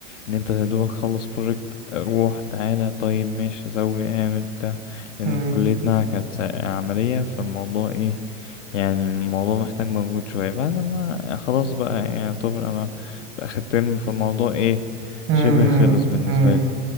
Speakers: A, on the left (about 75°); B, on the right (about 35°).
A: ان انت يا دوبك خلص بروجكت روح تعالى طيب ماشي سوي اعمل بتاع لان
B: مم.
A: كليتنا كانت سا- عملية فالموضوع ايه يعني الموضوع محتاج مجهود شوية بعد ما خلاص بقى يعني طبعا انا في اخر ترم فالموضوع ايه
B: مم.
A: شبه
B: مم.
A: خلص بالنسبة
B: مم.
A: لي